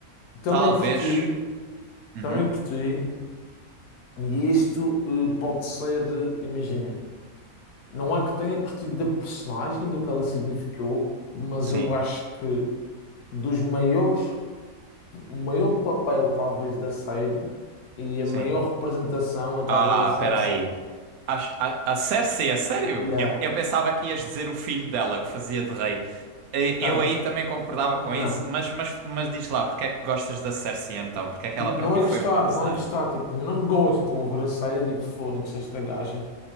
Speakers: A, on the left; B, on the right.
A: Também
B: talvez.
A: curti,
B: Uhum,
A: também curti, e isto eh, pode ser, eh, imagina, não é que tenha curtido da personagem, do que ela significou, mas
B: sim,
A: eu acho que dos maiores, o maior papel talvez da série e a
B: sim.
A: maior representação é talvez
B: Ah,
A: a Cersei.
B: peraí. A, a, a Cersei, é sério?
A: E a
B: Eu, eu pensava que ias dizer o filho dela que fazia de rei. Eh,
A: quem?
B: Eu aí também concordava
A: Não.
B: com isso, mas, mas, mas diz lá, porque é que gostas da Cersei então? Porque é que
A: Tipo,
B: ela para
A: não
B: ti
A: é
B: foi
A: gostar,
B: um bom personagem?
A: não é gostar. Tipo, eu não gosto, eu abracei, eu digo, fónix, esta gaja.